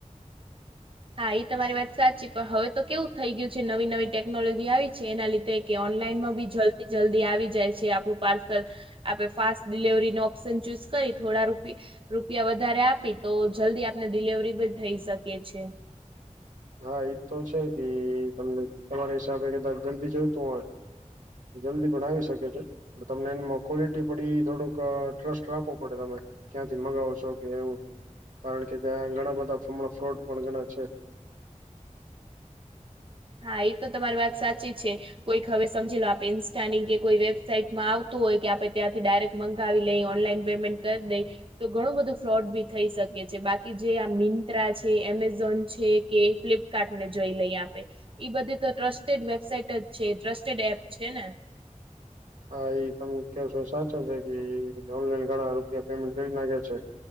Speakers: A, on the right (about 45°); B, on the right (about 80°).
A: હા એ તો તમારી વાત સાચી. પણ, હવે તો કેવું થઈ ગયું છે, નવી નવી ટેકનોલોજી આવી છે એના લીધે કે ઓનલાઈનમાં બી જલ્દી જલ્દી આવી જાય છે આપણું પાર્સલ આપણે ફાસ્ટ ડિલવરીનો ઓપ્શન ચૂઝ કરી થોડા રૂપી રૂપિયા વધારે આપી તો જલ્દી આપને ડિલવરી બી થઈ શકે છે.
B: હા એજ તો છે કે તમને તમારા હિસાબે કદાચ જલ્દી જોઈતું હોય જલ્દી પણ આવી શકે છે. પણ તમને એમાં ક્વોલિટી પડી થોડુંક ટ્રસ્ટ રાખવો પડે તમે ક્યાંથી મંગાવો છો કે એવું. કારણ કે, ત્યાં ઘણા બધા હમણાં ફ્રોડ પણ ઘણા છે.
A: હા એ તો તમારી વાત સાચી છે. કોઈક હવે સમજી લો આપે ઇન્સ્ટાની કે કોઈ વેબસાાઈટમાં આવતું હોય કે આપણે ત્યાંથી ડાયરેક મંગાવી લઈ, ઓનલાઈન પેમેન્ટ કરી દઈ. તો ઘણું બધું ફ્રોડ બી થઈ શકે છે. બાકી જે આ મિંત્રા છે, એમેઝોન છે, કે ફ્લિપ કાર્ટ ને જોઈ લઈએ આપે. ઈ બધી તો ટ્રસ્ટેડ વેબસાાઈટ જ છે. ટ્રસ્ટેડ એપ છે ને?
B: હા એ તમે કયો છો સાચું બાકી ઓનલાઈન ઘણા રૂપિયા પેમેન્ટ કરી નાખ્યા છે.